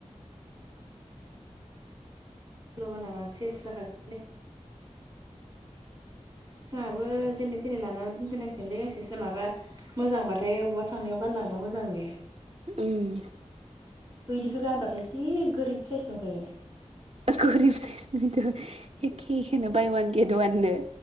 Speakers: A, on the right (about 40°); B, on the right (about 55°).
A: लबानाबा सेस जाखागौमोनलै जोंहाबो जेनै थेने लाना दोनफैनांसिगोनलै गांसे सो माबा मोजांबाथाय अबा थांनायाव गान लांबा मोजां नुयो
B: ओम
A: बैदिखौ गानबाथाय जि गोरिब साइस नुखायो
B: गरिब साइस नुयोथ आरो' एखे एखेनो बाय अवान गेट वाननो